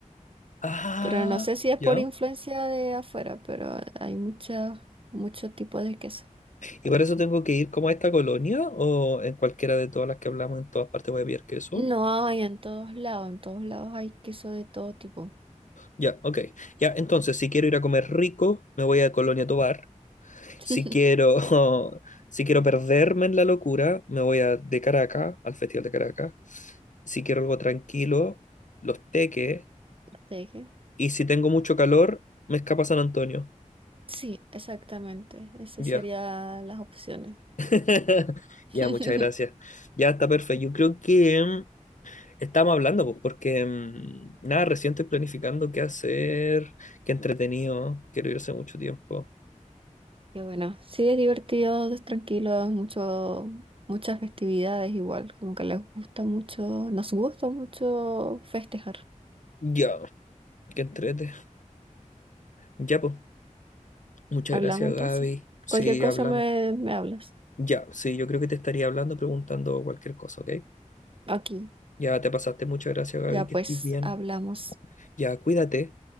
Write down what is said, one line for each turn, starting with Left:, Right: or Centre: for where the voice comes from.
Left: Ah,
Right: Pero no sé si es
Left: ya.
Right: por influencia de afuera, pero hay muchas, muchos tipos de queso.
Left: ¿Y para eso tengo que ir como a esta colonia o en cualquiera de todas las que hablamos, en todas partes voy a pillar queso?
Right: No hay en todos lados, en todos lados hay queso de todo tipo.
Left: Ya, ok. Ya, entonces, si quiero ir a comer rico, me voy a Colonia Tovar. Si
Right: <laughs>
Left: quiero, <laughs> si quiero perderme en la locura, me voy a de Caracas, al Festival de Caracas. Si quiero algo tranquilo, Los Teques.
Right: Así que-
Left: Y si tengo mucho calor, me escapa San Antonio.
Right: Sí, exactamente. Esas
Left: Ya.
Right: serían las opciones.
Left: <laughs>
Right: <laughs>
Left: Ya, muchas gracias. Ya está perfecto. Yo creo que mm, estamos hablando, pues, porque mm, nada, recién estoy planificando qué hacer, qué entretenido. Quiero ir hace mucho tiempo.
Right: Qué bueno. Sí, es divertido, es tranquilo, es mucho, muchas festividades igual, como que les gusta mucho, nos gusta mucho festejar.
Left: Ya, qué entrete. Ya, pues, muchas
Right: Hablamos
Left: gracias,
Right: entonces.
Left: Gaby. Sí,
Right: Cualquier cosa
Left: hablamos.
Right: me, me hablas.
Left: Ya, sí, yo creo que te estaría hablando, preguntando cualquier cosa, ¿ok?
Right: Aquí,
Left: Ya te pasaste. Muchas gracias, Gaby,
Right: ya
Left: que
Right: pues
Left: estés bien.
Right: hablamos.
Left: Ya, cuídate.